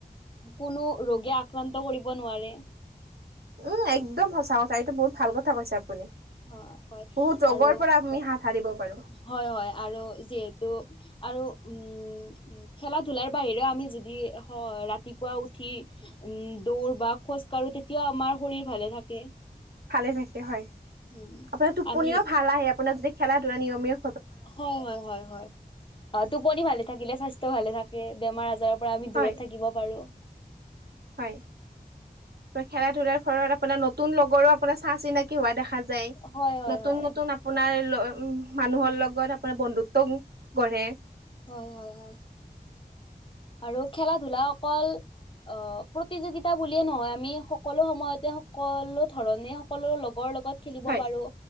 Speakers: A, on the left; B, on the right.
A: কোনো ৰোগে আক্ৰান্ত কৰিব নোৱাৰে।
B: উম, একদম সঁচা কথা এইটো বহুত ভাল কথা কৈছে আপুনি।
A: হয় হয়
B: বহুত ৰোগৰ
A: আৰু
B: পৰা আমি হাত-হাৰিব পাৰোঁ।
A: হয়, হয় আৰু যিহেতু আৰু উম খেলা-ধূলাৰ বাহিৰেও আমি যদি স--ৰাতিপুৱা উঠি উম, দৌৰ বা খোজকাঢ়ো তেতিয়া আমাৰ শৰীৰ ভালে থাকে।
B: ভালে থাকে হয়।
A: উম
B: আপোনাৰ টোপনিও
A: আমি
B: ভাল আহে আপোনাৰ যদি খেলা-ধূলা নিয়মিয়
A: হয়, হয় হয় হয়। আ টোপনি ভালে থাকিলে স্বাস্থ্য ভালে থাকে। বেমাৰ আজাৰ পৰা আমি
B: হয়,
A: দূৰত থাকিব পাৰোঁ।
B: হয়। ত ' খেলা-ধূলাৰ ফলত আপোনাৰ নতুন লগৰো আপোনাৰ চা-চিনাকি হোৱা দেখা যায়।
A: হয় হয় হয়
B: নতুন
A: হয়
B: নতুন আপোনাৰ ল ' মানুহৰ লগত আপোনাৰ বন্ধুত্বও গঢ়ে।
A: হয়, হয় হয়। আৰু খেলা-ধূলা অকল অঁ প্ৰতিযোগিতা বুলিয়ে নহয়। আমি সকলো সময়তে, সকলো ধৰণে, সকলো লগৰ লগত খেলিব
B: হয়,
A: পাৰো,